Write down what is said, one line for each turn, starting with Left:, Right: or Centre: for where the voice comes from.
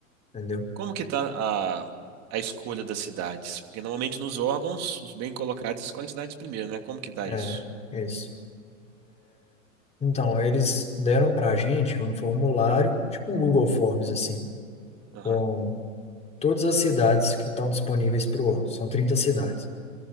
Left: entendeu?
Right: Como que tá a, a escolha das cidades? Porque normalmente nos órgãos, os bem colocados escolhem cidades primeiro, né? Como que tá
Left: É,
Right: isso?
Left: isso. Então, eles deram para a gente um formulário, tipo um Google Forms, assim,
Right: Aham,
Left: com todas as cidades que estão disponíveis para o órgão. São 30 cidades,